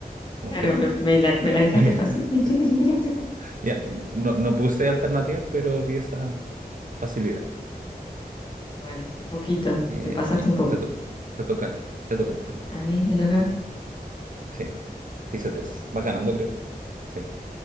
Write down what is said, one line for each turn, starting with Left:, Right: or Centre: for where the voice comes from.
Right: Un
Left: Claro,
Right: genio.
Left: me, me la, me la dejaste
Right: <laughs>
Left: fácil. <laughs>
Right: Ya, no, no puse alternativas, pero di esa facilidad.
Left: Bueno, un poquito.
Right: Eh,
Left: Te pasaste
Right: y
Left: un poco.
Right: te, to- te tocan, te tocan, te tocan.
Left: A mí me toca.
Right: Sí, te hice tres. Vas ganando, creo. Sí.